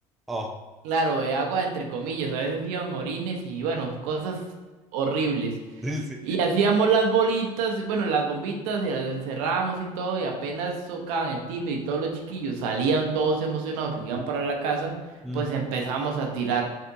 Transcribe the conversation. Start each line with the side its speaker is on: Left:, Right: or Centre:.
Centre: Oh,
Right: Claro, de agua entre comillas, a veces iban orines y bueno, cosas horribles.
Centre: sí, sí.
Right: Y hacíamos las bolitas, bueno, las bombitas y las encerrábamos y todo y apenas tocaban el timbre y todos los chiquillos salían todos emocionados porque iban para la casa,
Centre: Ujú.
Right: pues empezamos a tirar.